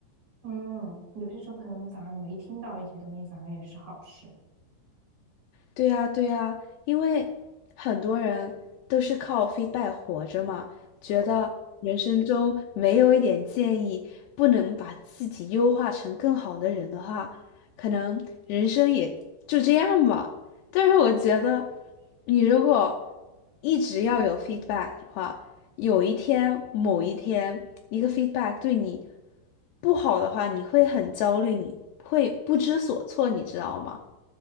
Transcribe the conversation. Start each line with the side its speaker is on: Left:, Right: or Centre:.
Right: 嗯，有些时候可能反而没听到一些东西，反而也是好事。
Left: 对呀，对呀，因为很多人都是靠 feedback 活着嘛，觉得人生中没有一点建议，不能把自己优化成更好的人的话，可能人生也就这样吧。但是我觉得，你如果一直要有 feedback 的话，有一天，某一天，一个 feedback 对你不好的话，你会很焦虑，你会不知所措，你知道吗？